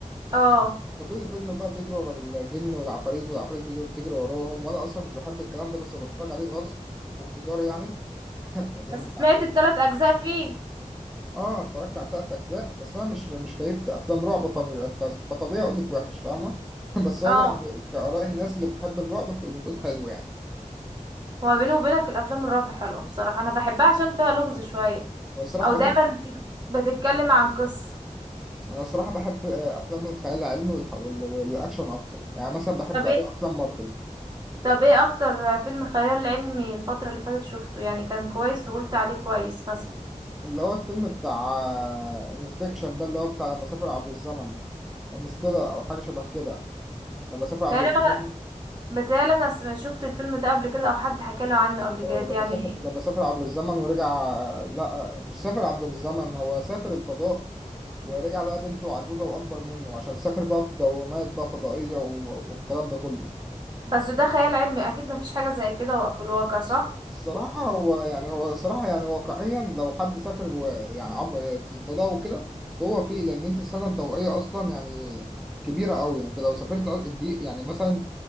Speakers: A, on the right; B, in the centre.
A: اه
B: فطول الفيلم بقى بيجري ورا الجن والعفاريت والعفاريت بيجروا تجري وراهم وانا اصلا مش بحب الكلام ده بس بتفرج عليه غصب واقتدار يعني من
A: بس سمعت
B: عشان
A: الثلاث اجزاء فيه
B: اه اتفرجت على تلات اجزاء بس انا مش مش كيف افلام رعب فم- ف- فطبيعي اقول لك وحش فاهمه <laughs> بس هو
A: اه
B: ب- كآراء الناس اللي بتحب الرعب فبتقول حلو يعني
A: هو بيني وبينك الافلام الرعب حلوه بصراحه انا بحبها عشان فيها لغز شويه
B: انا الصراحه
A: او
B: بحب
A: دايما بت- بتتكلم عن قصه
B: انا الصراحه بحب آه، افلام الخيال العلمي والح- وال- والاكشن اكتر يعني مثلا بحب
A: طب
B: أوي
A: ايه
B: افلام مارفل
A: طب ايه اكتر فيلم خيال علمي الفتره اللي فاتت شفته يعني كان كويس وقلت عليه كويس مثلا
B: اللي هو الفيلم بتاع انسبكشن ده اللي هو بتاع لما سافر عبر الزمن انستيلر او حاجه شبه كده لما سافر عبر
A: تقريبا
B: الزمن
A: بتهيألي انا سم- شفت الفيلم ده قبل كده او حد حكى لي عنه قبل كده
B: اه لما
A: يعني
B: سافر لما سافر عبر الزمن ورجع آه، لا آه، مش سافر عبر الزمن هو سافر الفضاء ورجع لقى بنته عجوزه واكبر منه عشان سافر بقى في دوامات بقى فضائيه و- والكلام ده كله
A: بس ده خيال علمي اكيد مفيش حاجة زي كده وق- في الواقع صح
B: الصراحة هو يعني هو الصراحة يعني واقعيا لو حد سافر و- يعني عب- في الفضاء وكده هو فيه لأن أنت السنة الضوئية أصلا يعني كبيرة أوي يعني أنت لو سافرت أ- الدقيق يعني مثلا